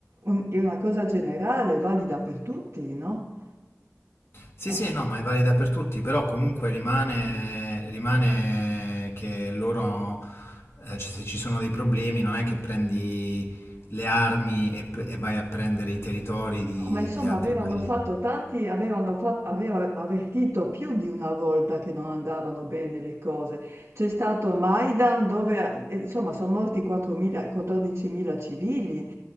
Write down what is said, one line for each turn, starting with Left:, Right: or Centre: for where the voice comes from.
Right: un- è una cosa generale, valida per tutti, no?
Left: Sì,
Right: Eh,
Left: sì, no, ma è valida per tutti, però comunque rimane, rimane che loro, eh, ci- se ci sono dei problemi, non è che prendi le armi e, p- e vai a prendere i territori di,
Right: no, ma insomma
Left: di altri
Right: avevano
Left: paesi.
Right: fatto tanti, avevano fatto, aveva avvertito più di una volta che non andavano bene le cose. C'è stato Maidan dove, eh, insomma, sono morti 4.000 14.000 civili